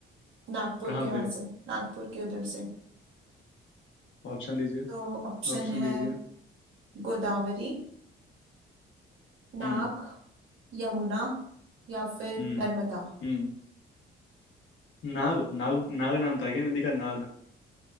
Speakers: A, on the right (about 75°); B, on the left (about 70°).
A: नागपुर
B: कहाँ
A: के वहां
B: पे
A: से नागपुर के उधर से
B: ऑप्शन दीजिए
A: तो ऑप्शन
B: ऑप्शन
A: है
B: दीजिए
A: गोदावरी नाग
B: हम्म
A: यमुना या फिर
B: हम्म
A: नर्मदा
B: हम्म नाग नाग नाग नाम था क्या नदी का नाग